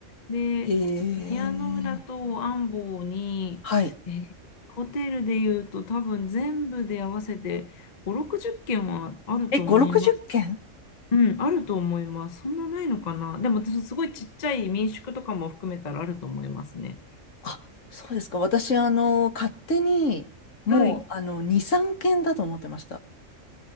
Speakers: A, on the left; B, on the left.
A: で、
B: へえ
A: 宮の浦と安房に、
B: はい。
A: えーホテルで言うと多分全部で合わせて5、60軒はあると思います。
B: え、5、60軒
A: うん、あると思います。そんなないのかな。でも、すすごいちっちゃい民宿とかも含めたらあると思いますね。
B: あ、そうですか。私、あの、勝手に、もう、
A: はい。
B: あの、2、3軒だと思ってました。